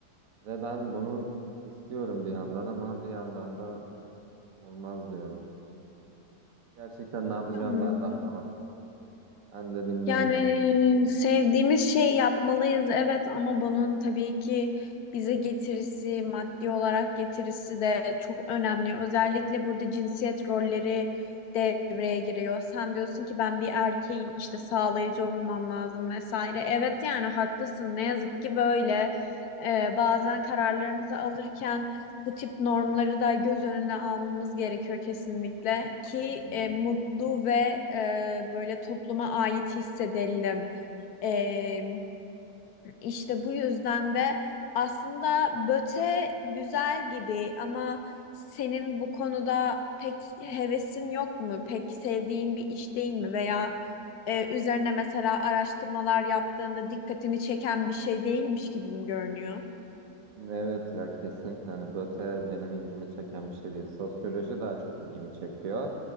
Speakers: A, on the right; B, on the left.
A: Ve ben bunu istiyorum bir yandan ama bir yandan da olmaz diyorum. Gerçekten ne yapacağım
B: Anladım.
A: ben de anlamadım. Ben de bilmiyorum
B: Yani
A: yani.
B: sevdiğimiz şey yapmalıyız evet ama bunun tabii ki bize getirisi, maddi olarak getirisi de çok önemli. Özellikle burada cinsiyet rolleri devreye giriyor. Sen diyorsun ki ben bir erkeğim işte sağlayıcı olmam lazım vesaire. Evet yani haklısın ne yazık ki böyle Ee, bazen kararlarımızı alırken bu tip normları da göz önüne almamız gerekiyor kesinlikle ki
A: Hı hı.
B: e, mutlu ve e, böyle topluma ait hissedelim. E, işte bu yüzden de aslında böte güzel gibi ama senin bu konuda pek hevesin yok mu? Pek sevdiğin bir iş değil mi? Veya e, üzerine mesela araştırmalar yaptığında dikkatini çeken bir şey değilmiş gibi mi görünüyor?
A: Evet ya kesinlikle hani BÖTE benim ilgimi çeken bir şey değil. Sosyoloji daha çok ilgimi çekiyor.